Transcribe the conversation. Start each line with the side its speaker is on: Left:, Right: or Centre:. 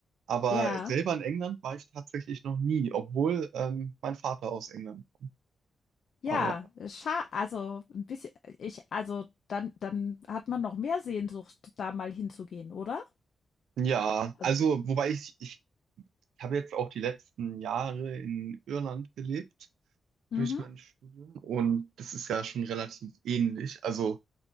Right: Aber
Left: ja,
Right: selber in England war ich tatsächlich noch nie, obwohl ähm, mein Vater aus England. kommt
Left: ja,
Right: Aber
Left: scha also ein bisschen, ich, also dann, dann hat man noch mehr Sehnsucht, da mal hinzugehen, oder?
Right: Ja, also
Left: Also,
Right: wobei ich, ich habe jetzt auch die letzten Jahre in Irland gelebt
Left: mhm.
Right: durch mein Studium und das ist ja schon relativ ähnlich. Also